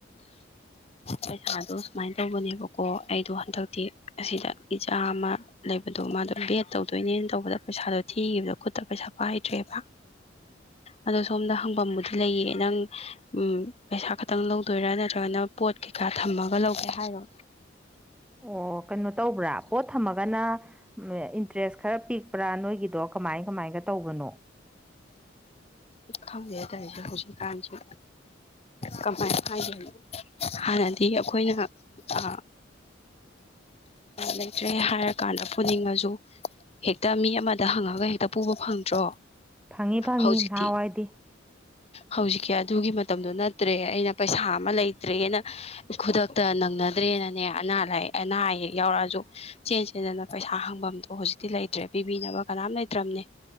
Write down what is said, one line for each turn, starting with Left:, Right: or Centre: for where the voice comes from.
Left: ꯄꯩꯁꯥꯗꯣ ꯁꯨꯃꯥꯏꯅ ꯇꯧꯕꯅꯦꯕꯀꯣ ꯑꯩꯗꯣ ꯍꯟꯗꯛꯇꯤ ꯑꯁꯤꯗ ꯏꯆꯥ ꯑꯃꯥ ꯂꯩꯕꯗꯣ ꯃꯥꯗꯣ ꯒꯦꯠ ꯇꯧꯗꯣꯏꯅꯦꯅ ꯇꯧꯕꯗ ꯄꯩꯁꯥꯗꯣ ꯊꯤꯈꯤꯕꯗꯣ ꯈꯨꯠꯇ ꯄꯩꯁꯥ ꯄꯥꯏꯗ꯭ꯔꯦꯕ ꯑꯗꯣ ꯁꯣꯝꯗ ꯍꯪꯐꯝꯕꯨꯗꯤ ꯂꯩꯌꯦ ꯅꯪ ꯎꯝ ꯄꯩꯁꯥ ꯈꯇꯪ ꯂꯧꯗꯣꯏꯔꯥ ꯅꯠꯇ꯭ꯔꯒꯅ ꯄꯣꯠ ꯀꯩꯀꯥ ꯊꯝꯃꯒ ꯂꯧꯒꯦ ꯍꯥꯏꯔꯣ
Centre: ꯑꯣ ꯀꯩꯅꯣ ꯇꯧꯕ꯭ꯔꯥ ꯄꯣꯠ ꯊꯝꯃꯒꯅ ꯏꯟꯇꯔꯦꯁ ꯈꯔ ꯄꯤꯛꯄ꯭ꯔꯥ ꯅꯣꯏꯒꯤ ꯑꯗꯣ ꯀꯃꯥꯏ ꯀꯃꯥꯏꯒ ꯇꯧꯕꯅꯣ
Left: ꯈꯪꯗꯦ ꯇꯧꯏꯁꯦ ꯍꯧꯖꯤꯛ ꯀꯥꯟꯁꯤ ꯀꯃꯥꯏ ꯍꯥꯏꯗꫭꯏꯅꫭ ꯍꯥꯟꯅꯗꯤ ꯑꯩꯈꯣꯏꯅ ꯑ ꯂꯩꯇ꯭ꯔꯦ ꯍꯥꯏꯔ ꯀꯥꯟꯗ ꯄꯨꯅꯤꯡꯉꯁꯨ ꯍꯦꯛꯇ ꯃꯤ ꯑꯃꯗ ꯍꯪꯉꯒ ꯍꯦꯛꯇ ꯄꯨꯕ ꯐꯪꯗ꯭ꯔꯣ
Centre: ꯐꯪꯐꯤ ꯐꯪꯉꯤ
Left: ꯍꯧꯖꯤꯛꯇꯤ
Centre: ꯅꯍꯥꯟꯋꯥꯏꯗꯤ
Left: ꯍꯧꯖꯤꯛꯀꯤ ꯑꯗꯨꯒꯤ ꯃꯇꯝꯗꯣ ꯅꯠꯇ꯭ꯔꯦ ꯑꯩꯅ ꯄꯩꯁꯥ ꯑꯃ ꯂꯩꯇ꯭ꯔꯦꯅ ꯈꯨꯗꯛꯇ ꯅꯪꯅꯗ꯭ꯔꯦꯅꯅꯦ ꯑꯅꯥ ꯂꯥꯏꯌꯦꯛ ꯑꯅꯥ ꯑꯌꯦꯛ ꯌꯥꯎꯔꯛꯑꯖꯨ ꯆꯦꯟ ꯆꯦꯟꯗꯅ ꯄꯩꯁꯥ ꯍꯪꯕꯝꯗꯣ ꯍꯧꯖꯤꯛꯇꯤ ꯂꯩꯇ꯭ꯔꯦ ꯄꯤꯕꯤꯅꯕ ꯀꯅꯥꯝ ꯂꯩꯇ꯭ꯔꯝꯅꯤ